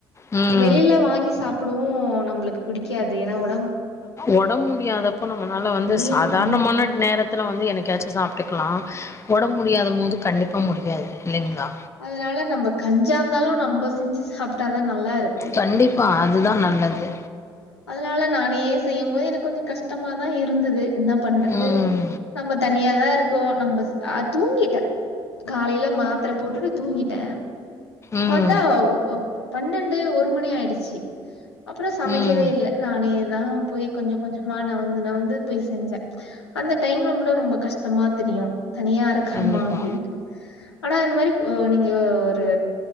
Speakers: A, on the left; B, on the left.
A: ம்
B: வெளியில வாங்கி சாப்படவு நம்மளுக்கு புடிக்காது ஏன்னா ஒ
A: ஒடம்பு முடியாதப்போ நம்மனால வந்து
B: வெளியும்
A: சாதாரணமான
B: ஆமா.
A: நேரத்தில வந்து எனக்காச்சு சாப்ட்டுக்கலா ஒடம்பு முடியாத போது கண்டிப்பா முடியாது இல்லைங்களா
B: அதனால நம்ம கஞ்சா இருந்தாலு நம்ப செஞ்சு சாப்ட்டாதா நல்லா இரு
A: கண்டிப்பா அதுதா நல்லது
B: அதனால நானே செய்யும் போது எனக்கு கொஞ்ச கஷ்டமாதா இருந்தது என்ன பண்றது
A: ம்
B: நம்ம தனியாதா இருக்கோ நம்மஸ் அ தூங்கிட்டே காலையில மாத்திர போட்டுட்டு தூங்கிட்டே
A: ம்
B: பாத்தா பன்னெண்டு ஒரு மணி ஆயிடுச்சு அப்பற சமைக்
A: ம்
B: <unintelligible> இல்ல நானேதா போய் கொஞ்ச கொஞ்சமா நவுந்து நவுந்து போய் செஞ்சே அந்த டைம்ல முட்டு ரொம்ப கஷ்டமா தெரியு தனியா இருறக்கறமா
A: கண்டிப்பா
B: அப்படின்ட்டு ஆனா இந்த மாரி ஒ நீங்க ஒ ஒரு